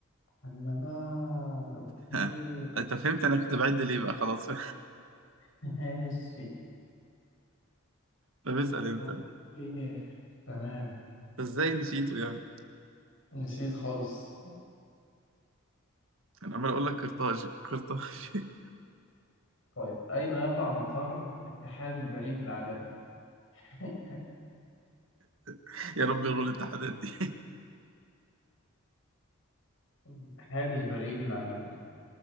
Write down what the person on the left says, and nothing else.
النبال اوكي
<laughs> ماشي
اوكي
تمام
نسيت خالص
طيب أين يقع مقر اتحاد البريد العالمي؟ <laughs>
اتحاد البريد العالمي